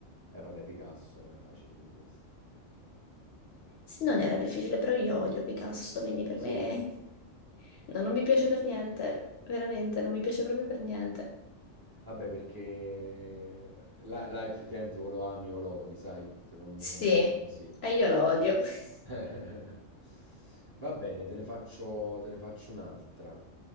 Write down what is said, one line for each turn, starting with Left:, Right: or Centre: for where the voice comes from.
Right: Eh vabbè, Picasso era facile pure questa.
Left: Sì, Non era difficile, però io odio Picasso, quindi per
Right: Sì?
Left: me <laughs> no, non mi piace per niente, veramente, non mi piace proprio per niente.
Right: Vabbè, perché là, là effettivamente o lo ami o lo odi, sai? Secondo
Left: Sì,
Right: me sì.
Left: e io lo odio. <laughs>
Right: <laughs> Va bene, te ne faccio, te ne faccio un'altra.